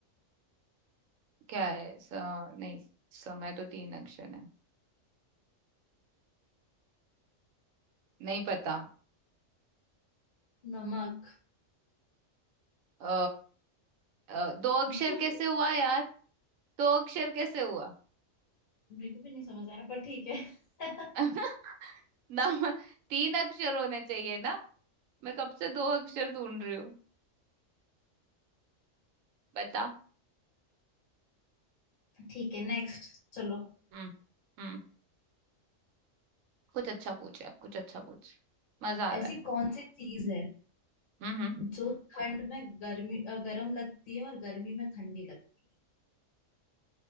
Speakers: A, on the right; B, on the left.
A: क्या है स, नहीं समय तो तीन अक्षर है नहीं पता
B: नमक
A: अ अ, दो अक्षर
B: <laughs>
A: कैसे हुआ यार दो अक्षर कैसे हुआ
B: मेरे को भी नहीं समझ आया पर ठीक है <laughs>
A: <laughs> ना तीन अक्षर होने चाहिए ना मैं कब से दो अक्षर ढूंढ रही हूँ बता
B: ठीक है नेक्स्ट चलो
A: हम्म हम्म कुछ अच्छा पूछ यार कुछ अच्छा पूछ मजा आ रहा
B: ऐसी
A: है
B: कौन सी चीज है
A: हम्म हम्म।
B: जो ठंड में गर्मी अ, गर्म लगती है और गर्मी में ठंडी लगती